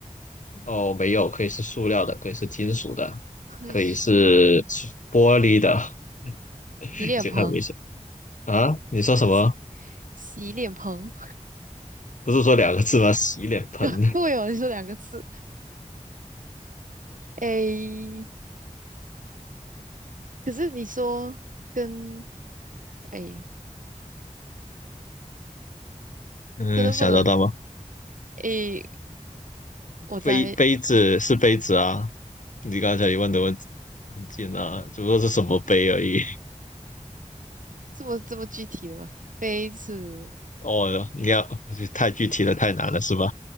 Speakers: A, on the left; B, on the right.
A: 哦，没有，可以是塑料的，可以是金属的，
B: <laughs> 可以是塑料
A: 可以是玻璃的。<laughs> 你先看没事
B: 洗脸盆，
A: 啊，你说什么？
B: 洗洗脸盆。
A: 不是说两个字吗？洗脸盆。
B: <laughs>
A: <laughs>
B: 对哦，你说两个字。诶，可是你说跟诶，
A: 嗯，
B: 真的不能
A: 想得到吗？
B: 诶，我在
A: 杯杯子是杯子啊，你刚才一问的问题很近啊，只不过是什么杯而已。<laughs>
B: 这么这么具体了吗？杯子
A: 哦，你要太具体了，太难了，是吧？